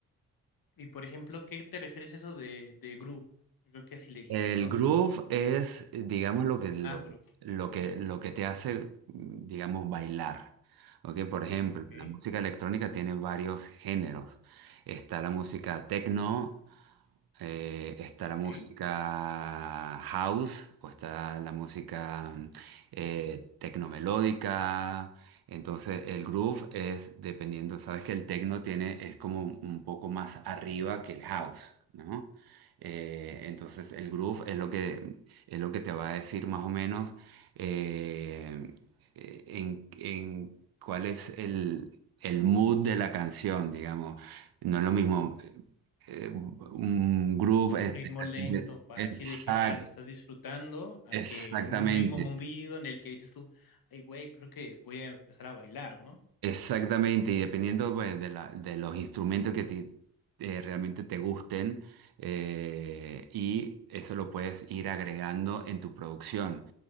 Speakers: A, on the left; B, on the right.
A: Y por ejemplo, ¿qué te refieres a eso de, de groove? Creo que sí le dijiste,
B: El
A: ¿no?
B: groove es, digamos, lo que, lo,
A: Ah, groove,
B: lo
A: ok,
B: que, lo que te hace, digamos, bailar. ¿ok? Por ejemplo,
A: ok,
B: la música electrónica tiene varios géneros. Está la música techno, eh, está
A: ok.
B: la música house, o está la música eh, tecnomelódica. Entonces, el groove es dependiendo, sabes que el techno tiene, es como un poco más arriba que el house, ¿no? Eh, entonces el groove es lo que, es lo que te va a decir más o menos eh, eh, en, en cuál es el, el mood de la canción, digamos. No es lo mismo eh, un groove.
A: Un
B: es-
A: ritmo lento, para
B: es-
A: así
B: exact-
A: de que, ah, lo estás disfrutando, a
B: exactamente.
A: que un ritmo movido en el que dices tú, ay, güey, creo que voy a empezar a bailar, ¿no?
B: Exactamente, y dependiendo pues, de la- de los instrumentos que ti- eh, realmente te gusten, eh, y eso lo puedes ir agregando en tu producción.